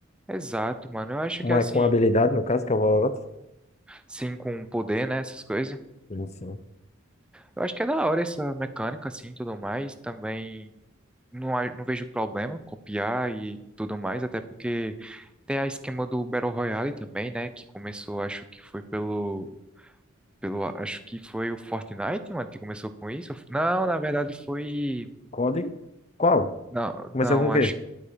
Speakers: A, in the centre; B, on the left.
A: Exato, mano. Eu acho
B: Com,
A: que assim,
B: a- com habilidade, no caso, que é o Valorant.
A: sim, com o poder, né? Essas coisas.
B: Sim, sim.
A: Eu acho que é da hora essa mecânica, assim, e tudo mais. Também não, a- não vejo problema copiar e tudo mais, até porque tem a esquema do Battle Royale também, né? Que começou, acho que foi pelo, pelo, acho que foi o Fortnite, mano, que começou com isso. Não, na verdade foi,
B: COD? Qual?
A: não,
B: Começou
A: não,
B: com o quê?
A: acho que